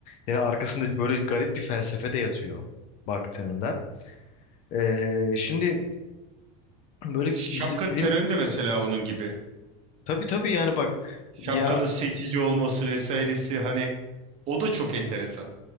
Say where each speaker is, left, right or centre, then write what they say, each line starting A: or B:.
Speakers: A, on the left; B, on the right.
A: Yani arkasında
B: Evet.
A: böyle garip bir felsefe de yatıyor baktığında. E, şimdi böyle
B: Şapka
A: iz, film
B: terörü de mesela onun gibi.
A: tabii tabii yani bak
B: Şapkanın
A: ya
B: seçici olması vesairesi hani o da çok enteresan.